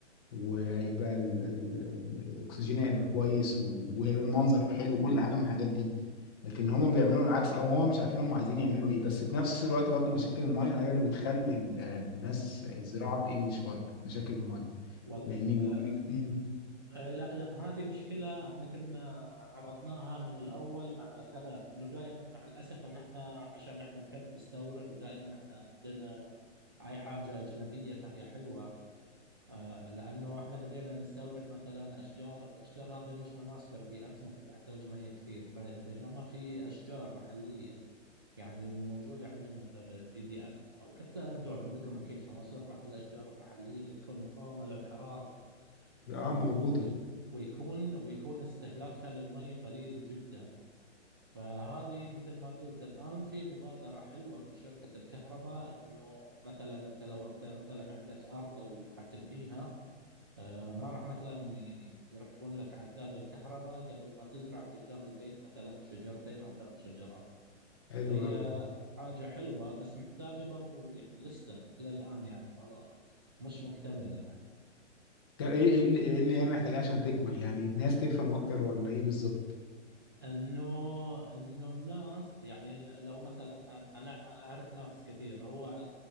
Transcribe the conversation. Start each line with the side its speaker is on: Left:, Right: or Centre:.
Left: وهيبقى ال- ال- ال- الاكسجين هيبقى كويس و- وهيبقى المنظر حلو كل حاجه من الحاجات دي لكن هم بيعملوا العكس او هم مش عارفين هم عايزين يعملوا ايه بس في نفس الوقت برضو مشاكل الميه هي اللي بتخلي ال- الناس الزراعه تقل شويه مشاكل الميه
Right: والله
Left: لان بيقول
Right: آه
Left: مم.
Right: آه لا لا هذه مشكلة احنا كنا عرضناها من الأول مع كذا أنه دائما مع الأسف أن احنا عشان احنا نحب نستورد ودائما احنا عندنا أي حاجة أجنبية فهي حلوة آه لأنه احنا بدينا نستورد مثلا أشجار الأشجار هذه مش مناسبة لبيئتنا فتحتاج مياه كثير ب- بينما في أشجار محلية يعني موجودة عندنا في في بيئتنا وحتى أنتم عندكم أكيد في مصر بعض الأشجار المحلية اللي تكون مقاومة للحرارة
Left: اه
Right: و...
Left: موجوده
Right: ويكون ويكون استهلاكها للمي قليل جدا فهذه مثل ما قلت الآن في مبادرة حلوة من شركة الكهرباء أنه مثلا أنت لو أنت مثلا عندك أرض وحتبنيها آه، ما راح مثلا ي- يركبون لك عداد الكهرباء قبل ما تزرع قدام البيت مثلا شجرتين أو ثلاث شجرات
Left: حلو
Right: فهي
Left: قوي
Right: حاجة حلوة بس محتاجة برضو يعني لسه إلى الآن يعني ما مش مكتملة يعني
Left: طب ايه إيه اللي إيه اللي هي محتاجاه عشان تكمل يعني الناس تفهم اكتر ولا ايه بالظبط
Right: إنه إنه الناس يعني ل- لو مثلا أنا أعرف ناس كثير هو